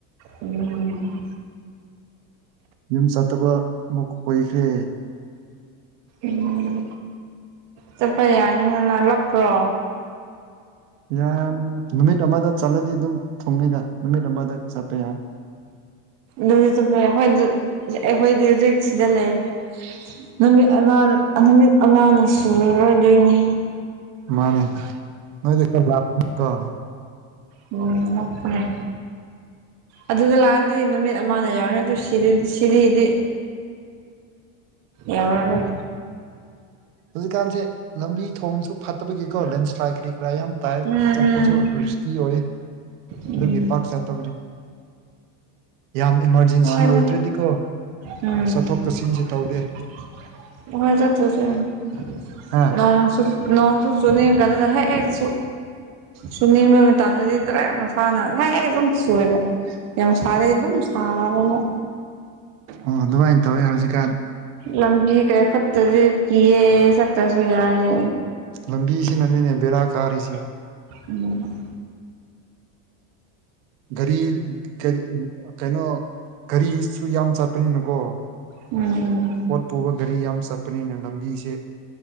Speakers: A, on the right; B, on the right.
A: ꯎꯝ
B: ꯌꯨꯝ ꯆꯠꯇꯕ ꯑꯃꯨꯛꯀ ꯀꯨꯏꯈ꯭ꯔꯦ
A: ꯎꯝ ꯆꯠꯄ ꯌꯥꯅꯤꯅꯥ ꯅꯂꯛꯄ꯭ꯔꯣ
B: ꯌꯥꯝ ꯅꯨꯃꯤꯠ ꯑꯃꯗ ꯆꯠꯂꯗꯤ ꯑꯗꯨꯝ ꯊꯨꯡꯉꯤꯗ ꯅꯨꯃꯤꯠ ꯑꯃꯗ ꯆꯠꯄ ꯌꯥꯏ
A: ꯌꯥꯏ ꯑꯗꯨꯗꯤ ꯆꯠꯄ ꯌꯥꯏ ꯑꯈꯣꯏ ꯑꯗꯨ ꯑꯩꯈꯣꯏꯗꯤ ꯍꯧꯖꯤꯛ ꯁꯤꯗ ꯂꯩ ꯅꯨꯃꯤꯠ ꯑꯅꯟ ꯅꯨꯃꯤꯠ ꯑꯉꯥꯡꯅ ꯁꯨꯔꯔꯣꯏꯗꯧꯏꯅꯦ
B: ꯃꯥꯔ ꯅꯣꯏ ꯈꯔꯥ ꯂꯞꯇ꯭ꯔꯣ
A: ꯎꯝ ꯃꯣꯠꯄꯅꯦ ꯑꯗꯨꯗ ꯂꯥꯛꯑꯗꯤ ꯅꯨꯃꯤꯠ ꯑꯃꯗ ꯌꯥꯎꯔꯅꯤ ꯑꯗꯨ ꯁꯤꯗꯗꯤ ꯁꯤꯔꯤꯗꯤ ꯌꯧꯔꯔꯣꯏ
B: ꯍꯧꯖꯤꯛꯀꯥꯟꯁꯦ ꯂꯝꯕꯤ ꯊꯣꯡꯁꯨ ꯐꯠꯇꯕꯒꯤꯀꯣ ꯂꯦꯟꯁ꯭ꯂꯥꯏꯠꯂ ꯀꯔꯤ ꯈꯔ ꯌꯥꯝ ꯇꯥꯏꯕ
A: ꯎꯝ
B: ꯆꯠꯄꯁꯨ ꯔꯤꯁꯀꯤ ꯑꯣꯏꯌꯦ ꯑꯗꯨꯒꯤ
A: ꯎꯝ ꯎꯝ
B: ꯄꯥꯛ ꯆꯠꯇꯕꯅꯤ ꯌꯥꯝ ꯏꯃꯥꯔꯖꯦꯟꯁꯤ
A: ꯍꯣꯏꯗ
B: ꯑꯣꯏꯗ꯭ꯔꯗꯤꯀꯣ
A: ꯎꯝ
B: ꯆꯠꯊꯣꯛ ꯆꯠꯁꯤꯟꯁꯦ ꯇꯧꯗꯦ
A: <unintelligible>
B: ꯍꯥ
A: ꯅꯣꯡꯁꯨ ꯆꯨꯅꯤꯡ ꯀꯥꯟꯅꯗ ꯍꯦꯛ ꯆꯨ ꯁꯨꯅꯤꯡꯔꯒ ꯇꯔꯗꯤ ꯗꯔꯦꯛ ꯂꯥꯎ ꯐꯥꯅ <unintelligible> ꯁꯨꯔꯕ ꯃꯁꯥꯏꯌꯦꯑꯦ ꯗꯨꯝ ꯇꯥꯕꯅꯦ
B: ꯑꯣ ꯑꯗꯨꯃꯥꯏꯅ ꯇꯧꯋꯦ ꯍꯧꯖꯤꯛꯀꯥꯟ
A: ꯂꯕꯤ ꯀ ꯐꯠꯇꯗꯤ ꯀꯤꯌꯦ ꯁꯇꯁꯨ ꯌꯥꯏꯌꯦ
B: ꯂꯝꯕꯤꯁꯤꯅꯅꯤꯅꯦ ꯕꯦꯔꯥ ꯀꯥꯔꯤꯁꯦ
A: ꯎꯝ
B: ꯒꯥꯔꯤ ꯀꯔꯤ ꯀꯩꯅꯣ ꯒꯥꯔꯤꯁꯨ ꯌꯥꯝ ꯆꯠꯄꯅꯤꯅꯀꯣ
A: ꯎꯝ ꯎꯝ
B: ꯄꯣꯠ ꯄꯨꯕ ꯒꯥꯔꯤ ꯌꯥꯝ ꯆꯠ ꯆꯄꯅꯤꯅ ꯂꯝꯕꯤꯁꯦ